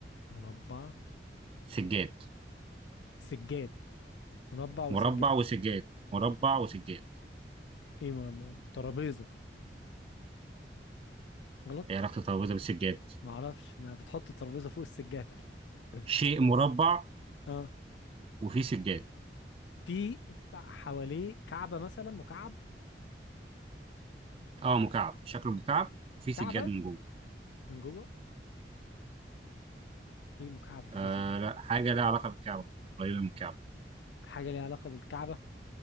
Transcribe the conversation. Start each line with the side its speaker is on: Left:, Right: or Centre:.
Left: مربع
Right: سجاد
Left: سجاد مربع وسجاد
Right: مربع وسجاد مربع وسجاد
Left: ايه مربع ترابيزة غلط
Right: ايه علاقة الترابيزة بالسجاد
Left: معرفش ما بتحط الترابيزة فوق السجاد <laughs>
Right: شيء مربع
Left: اه
Right: وفيه سجاد
Left: في في حواليه كعبة مثلا مكعب
Right: اه مكعب شكله مكعب وفي سجاد
Left: كعبة
Right: من جوه
Left: من جوه ايه مكعب وفيه
Right: آه
Left: سجاد
Right: لا حاجه لها علاقه بالكعبه قريبه من الكعبه
Left: حاجة ليها علاقة بالكعبة